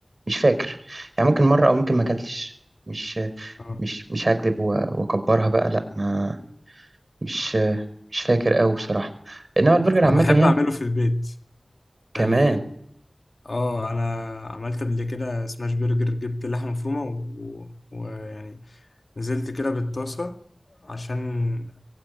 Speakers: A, on the right (about 55°); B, on the left (about 65°).
A: مش فاكر يعني ممكن مره او ممكن ما كلتش مش
B: اه
A: مش مش هكذب و- واكبرها بقى لا ما مش مش فاكر قوي بصراحه انما البرجر عامه
B: انا بحب
A: يعني
B: اعمله في البيت
A: كمان
B: يعني اه انا عملت قبل كده سماش برجر جبت لحمه مفرومه ويعني و... و- ويعني نزلت كده بالطاسه عشان